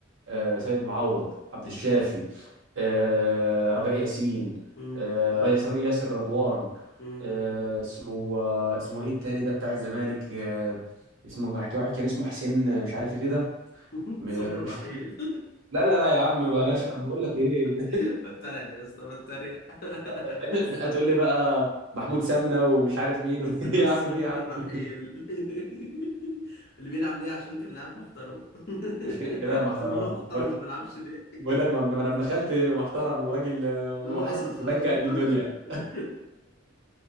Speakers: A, on the right; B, on the left.
A: آه سيد معوض عبد الشافي آه ربيع ياسين
B: امم
A: آه ياسر ياسر رضوان
B: مم.
A: آه اسمه آه اسمه ايه التاني ده بتاع الزمالك آه اسمه واحد كان اسمه حسين مش عارف ايه كده
B: <laughs>
A: م-
B: صبر الرحيل
A: مش لا لا لا يا عم بلاش بقول لك ايه
B: <laughs> بتريق يا اسطى بتريق
A: <laughs>
B: <laughs>
A: هتقول لي بقى محمود سمنه ومش عارف مين و... <laughs> يا
B: صبر
A: عم في إيه يا عم
B: الرحيل
A: <laughs>
B: <laughs> اللي بيلعب ليه عشان كان لاعب محترم <laughs>
A: مش كده كده محترم
B: طب ما انا محترم
A: بقول
B: ما بلعبش ليه <laughs>
A: بقول لك ما ابن- ما انا دخلت محترم وراجل آه، محاسب
B: اه اه
A: في بنك قد الدنيا
B: اه <laughs>